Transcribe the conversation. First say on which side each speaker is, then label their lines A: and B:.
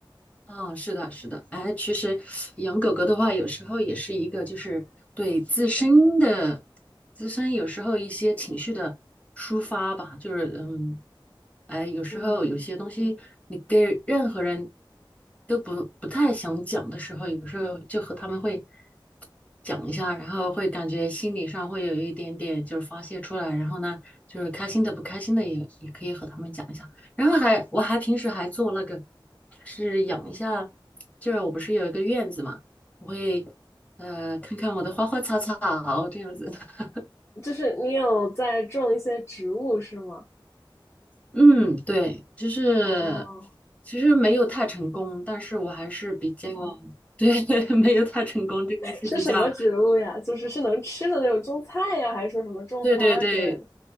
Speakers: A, on the left; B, on the left.
A: 嗯，是的，是的，哎，其实养狗狗的话，有时候也是一个，就是对自身的自身有时候一些情绪的抒发吧，就是嗯，哎，有时候有些东西你跟任何人
B: 嗯，
A: 都不不太想讲的时候，有时候就和他们会讲一下，然后会感觉心理上会有一点点就是发泄出来，然后呢，就是开心的不开心的也也可以和他们讲一下。然后还我还平时还做那个，就是养一下，就是我不是有一个院子嘛，我会呃看看我的花花草草这样子。<laughs>
B: 就是你有在种一些植物是吗？
A: 嗯，对，就是
B: 哦。
A: 其实没有太成功，但是我还是比较 <laughs> 对，<laughs> 没有太成功，这个是比较
B: 是什么植物呀？就是是能吃的那种种菜呀，还是说什么种花之类的？
A: 对对对